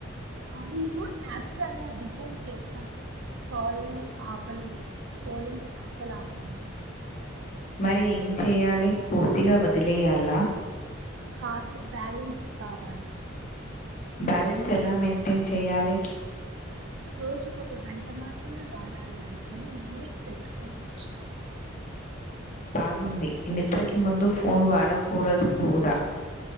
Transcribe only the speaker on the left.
మరి ఏం చేయాలి పూర్తిగా వదిలేయాలా
బ్యాలెన్స్ ఎలా మెయింటైన్ చెయ్యాలి
బాగుంది నిద్రకి ముందు ఫోన్ వాడకూడదు కూడా